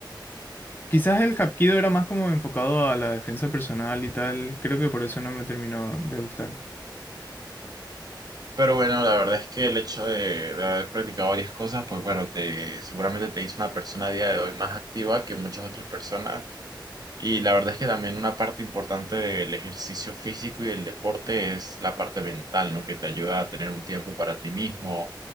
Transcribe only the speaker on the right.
Pero bueno, la verdad es que el hecho de, de haber practicado varias cosas, pues bueno, te, seguramente te hizo una persona a día de hoy más activa que muchas otras personas. Y la verdad es que también una parte importante del ejercicio físico y del deporte es la parte mental, ¿no? Que te ayuda a tener un tiempo para ti mismo,